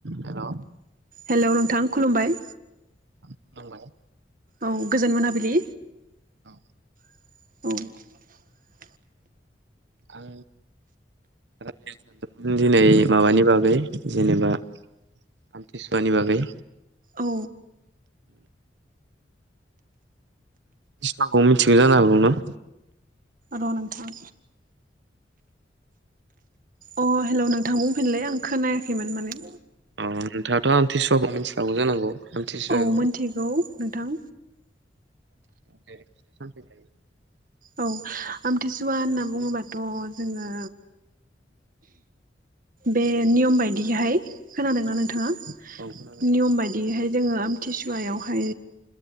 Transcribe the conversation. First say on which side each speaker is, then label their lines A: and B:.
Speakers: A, on the right; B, on the right.
A: Hello
B: hello नोंथां खुलुमबाय
A: खुलुमबाय
B: औ गोजोन मोनाबिलि
A: औ
B: द'
A: आं रायलायनो सानदोंमोन दिनै माबानि बागै जेनेबा आथि सहनि बागै
B: औ
A: नखौ मिथि जा आरो ना
B: रनोंथांम अ हेल' नोंथां बुंफिनलै आं खोनायाखैमोन माने
A: अ नोंथाङाथ' आन्थिस'खौ मिथियागौ जानांगौ आमथिसुवायाव
B: औ मिथिगौ नोंथां
A: जायो
B: औ आमथिसुवा
A: बेनि सोमोन्दै
B: होनना बुङोबाथ' जोङो बे नियम बायदियहाय खोनादोंना
A: औ
B: नोंथाङा
A: औ खोनादों
B: नियम बायदियहाय जोङो आमथिसुवायावहाय